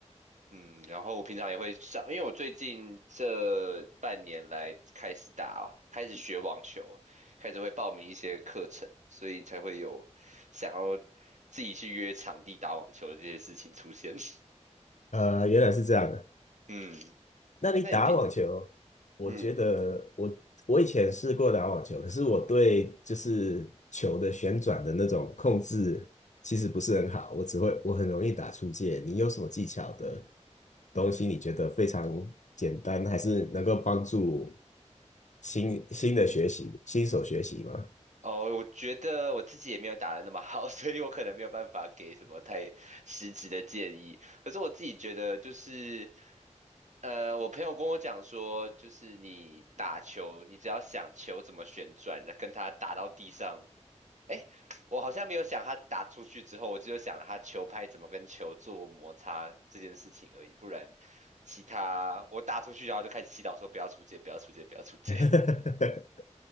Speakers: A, on the right; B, on the left.
A: 嗯，然后我平常也会上，因为我最近这半年来开始打，开始学网球，开始会报名一些课程，所以才会有想要自己去约场地打网球的这些事情出现。<laughs>
B: 呃，原来是这样的。
A: 嗯，
B: 那你打网球，
A: 诶那你平，
B: 我觉得我我以前试过打网球，
A: 嗯，
B: 可是我对就是球的旋转的那种控制其实不是很好，我只会我很容易打出界。你有什么技巧的东西，你觉得非常简单，还是能够帮助新新的学习新手学习吗？
A: 哦，我觉得我自己也没有打的那么好，<laughs> 所以我可能没有办法给什么太实质的建议。可是我自己觉得就是，呃，我朋友跟我讲说，就是你打球，你只要想球怎么旋转，跟它打到地上，诶，我好像没有想它打出去之后，我只有想它球拍怎么跟球做摩擦这件事情而已，不然。其他我打出去，然后就开始祈祷说不要出界，不要出界，不要出界。
B: <laughs>